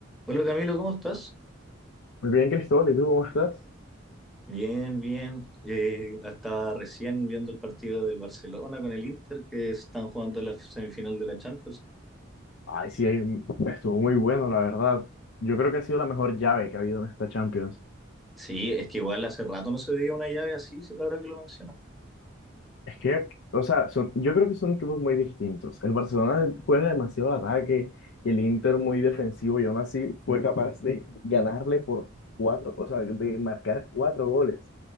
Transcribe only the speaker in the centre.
Hola Camilo, ¿cómo estás?
Bien, bien. Eh, estaba recién viendo el partido del Barcelona con el Inter que están jugando la semifinal de la Champions.
Sí, es que igual hace rato no se veía una llave así, ahora que lo mencionas.